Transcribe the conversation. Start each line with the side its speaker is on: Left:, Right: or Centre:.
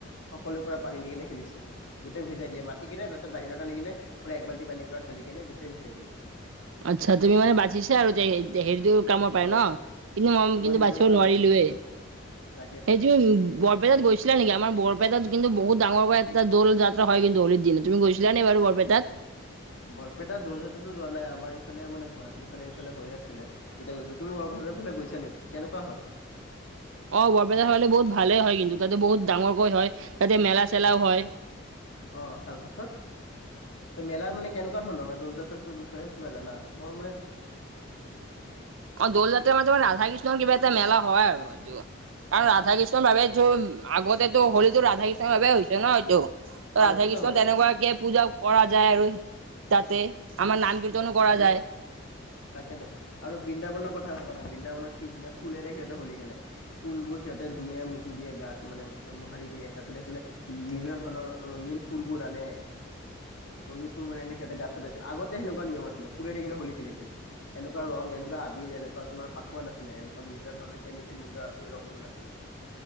Left: সকলো পোৰা পানী দি কিনে খেলিছে গোটেই ভিজাই দিয়ে মাতি কিনে তাৰপিছত বাহিৰত আনি কিনে পুৰা এক বাল্টি পানীৰ পৰা ঢালি কেনে গোটেই ভিজাই দিয়ে।
Right: আচ্ছা তুমি মানে বাচিছা আৰু হেৰিটো কামৰ পাই
Left: অ,
Right: ন? কিন্তু ম
Left: মই
Right: কিন্তু
Left: সেইবোৰৰ
Right: বাচিব
Left: পৰা
Right: নোৱাৰিলোৱে।
Left: বাচি গৈছো তাকেতো
Right: সটো উ বৰপেটাত গৈছিলা নেকি আমাৰ বৰপেটাত কিন্তু বহুত ডাঙৰকৈ এটা দল জাত হয় কিন্তু হলীৰ দিন তুমি গৈছিলা নি বাৰু বৰপেটাত
Left: বৰপেটা দল যাত্ৰাটো যোৱা নাই আমাৰ ইফালে মানে গুৱাহাটীৰ ফালে ইফালে হৈ আছিলে তেতিয়া গৈছিলো, তুমি বৰপেটাৰ ফালে গৈছা নিকি কেনেুৱা হয়? <inaudible>
Right: অ', বৰপেটা ফালে বহুত ভালে হয় কিন্তু তাতে বহুত ডাঙৰকৈ হয়, তাতে মেলা চেলাও হয়।
Left: অ', তাৰপাছত? মেলাৰ মানে কেনেকুৱা ধৰণৰ মানে দৌল জাত্ৰৰ বিষয়ে কিবা জানা, মই মানে
Right: অ', দৌল যাত্ৰাৰ মানে তোমাৰ ৰাধা কৃষ্ণৰ কিবা এটা মেলা হয় আৰু এইটো কাৰণ
Left: অঁ
Right: ৰাধা কৃষ্ণৰ বাবে এইটো আগতেতো হোলীতো ৰাধা কৃষ্ণৰ বাবে হৈছে ন এইটো
Left: অঁ
Right: ৰাধা
Left: এইটোতো
Right: কৃষ্ণ
Left: হয়
Right: তেনেকুৱাকে পূজা কৰা যায় আৰু তাতে আমাৰ নাম কীৰ্তনো কৰা
Left: আৰু
Right: যায়।
Left: তাকেতো আৰু বৃন্দাবনৰ কথা ভবা না বৃন্দাবনত কি ধুনীয়া ফুলেৰে সিহঁতে হলি খেলে ফুলবোৰ সিহঁতে ধুনীয়া মিহি দিয়ে গাত মানে মোহাৰি দিয়ে তাৰ পছত এইফালে বিভিন্ন ধৰণৰ ৰঙীন ফুলবোৰ মানে ৰঙিল ফুল মানে এনে সিহঁতে গাত চতাইছিল আগতে সনেকুৱা নিয়ম আছিল ফুলে দি কিনে হলী খেলিছিল। এনেকুৱা ৰং, এনেকুৱা আবিৰ, এনেকুৱা তোমাৰ ফাকুৱা নাছিলে, এনেকুৱা বিভিন্ন ধৰণৰ কেমিকেল মিলোৱা সেই ৰংবোৰ নাছিল।